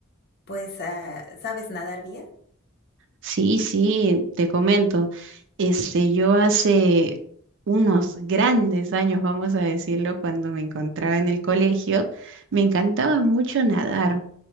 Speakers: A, on the left; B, on the right.
A: pues, ah, ¿sabes nadar bien?
B: Sí, sí, te comento. Este, yo hace unos grandes años, vamos a decirlo, cuando me encontraba en el colegio, me encantaba mucho nadar.